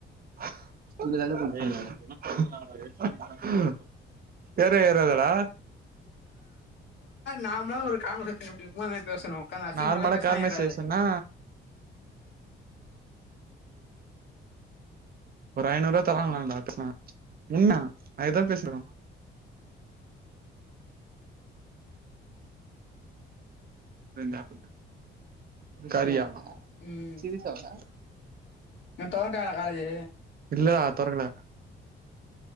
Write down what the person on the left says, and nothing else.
நார்மலா ஒரு கான்வஸேஷன் எப்டி இருக்குனா பேசணு ஒக்காந்து அசிங்கமாலா
பேசுனா
ஏறாது
ம்
நா தொறந்துட்டாங்களா காலேஜு